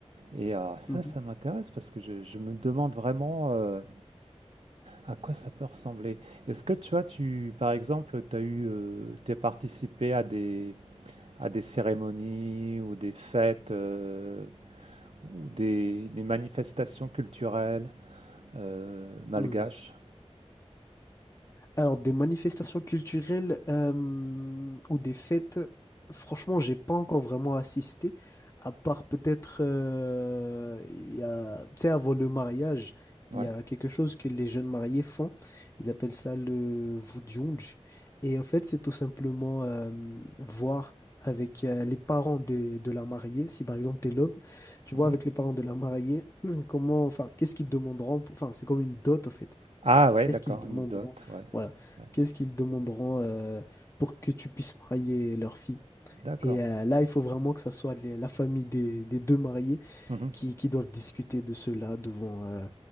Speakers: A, on the right; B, on the left.
A: et euh, ça,
B: mhm,
A: ça m'intéresse parce que je, je me demande vraiment euh, à quoi ça peut ressembler. Est-ce que tu vois, tu, par exemple, tu as eu, euh, t'es participé à des, à des cérémonies ou des fêtes euh, ou des, des manifestations culturelles euh, malgaches?
B: mhm. Alors, des manifestations culturelles euh, ou des fêtes, franchement, j'ai pas encore vraiment assisté, à part peut-être, euh, il y a, tu sais, avant le mariage,
A: Ouais.
B: il y a quelque chose que les jeunes mariés font. Ils appellent ça le vudjunj. Et en fait, c'est tout simplement euh, voir avec euh, les parents de, de la mariée, si par exemple t'es l'homme, tu
A: Mhm.
B: vois avec les parents de la mariée, hum, comment, enfin, qu'est-ce qu'ils demanderont, pour- enfin, c'est comme une dot en fait.
A: Ah ouais,
B: Qu'est-ce
A: d'accord,
B: qu'ils demanderont?
A: une dot, ouais.
B: Voilà.
A: Ouais.
B: Qu'est-ce qu'ils demanderont euh, pour que tu puisses marier leur fille?
A: D'accord.
B: Et euh, là, il faut vraiment que ça soit les- la famille des, des deux mariés
A: Mhm.
B: qui, qui doivent discuter de cela devant, euh,